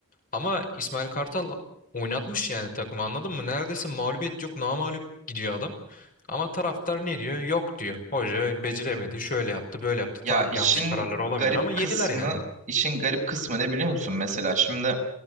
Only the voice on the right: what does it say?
Ya
işin
garip
kısmı,
işin garip kısmı ne biliyor musun mesela? Şimdi